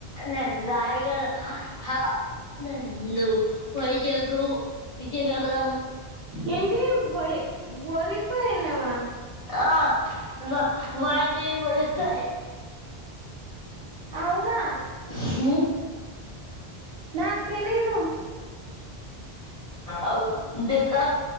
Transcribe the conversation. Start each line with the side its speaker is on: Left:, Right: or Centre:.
Left: నేన్ రాయల్ హ రెండూ వైజాగూ విజయనగరం
Right: ఏంటీ వై వొరిస్సా ఎల్లావా
Left: ఆ మ మాయాదేవి వుడుతాహె
Right: అవునా
Left: <inaudible>
Right: నాకు తెలీదు
Left: అవున్ దికా